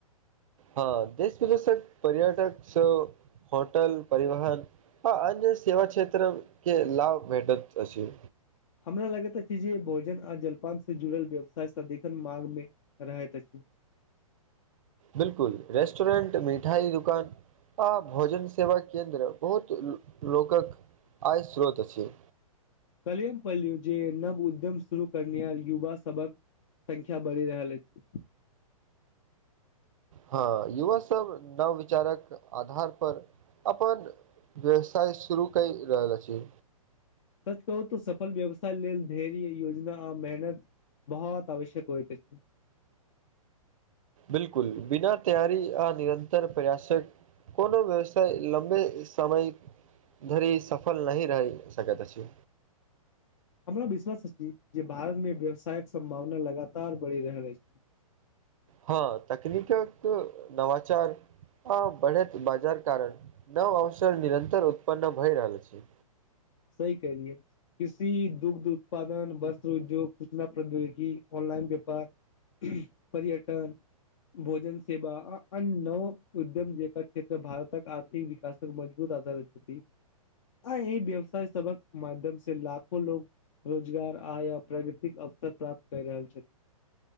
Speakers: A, on the right; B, on the left.
A: हँ देश विदेशक पर्यटक होटल परिवहन। आ अन्य सेवा क्षेत्र के लाभ भेटत अछि।
B: हमरा लगैत अछि जे भोजन आ जलपान से जुड़ल व्यवसाय सदिखन मांग मे रहैत अछि।
A: बिलकुल रेस्टोरेंट मिठाई दुकान आ भोजन सेवा केन्द्र बहुत लोकक आय श्रोत अछि।
B: कलियम पल्लू जे नव उद्यम शुरू करनिहार युवा सबहक संख्या बढ़ि रहल अछि।
A: हँ युवा सब नवविचारक आधार पर अपन व्यवसाय शुरू करि रहल अछि।
B: सच कहू तो सफल व्यवसाय लेल ढ़ेरी योजना आ मेहनत बहुत आवश्यक होइ अछि।
A: बिलकुल बिना तैयरी आ निरन्तर प्रयासक कोनो व्यवसाय लम्बे समय धरी सफल नहि रहि सकत अछि।
B: हमरा विश्वास अछि, जे भारत मे व्यवसायक सम्भावना लगातार बढ़ि रहल अछि।
A: हँ तकनीकक नवाचार। आ बढ़ैत बाजार कारण नव अवसर निरंतर उत्पन्न भय रहल अछि।
B: सही कलियए कृषि दुग्ध उत्पादन वस्त्र उद्योग सूचना प्रौद्योगिकी। ऑनलाइन व्यापार पर्यटन भोजन सेवा आ अन्य नव उद्यम जेकर क्षेत्र भारतक आर्थिक विकास मजबुत आधार अइ अव्य आ व्य <unintelligible> सबक माध्यम से लाखो लोग रोजगार आय प्राकृतिक अवसर प्राप्त कय रहल छथि।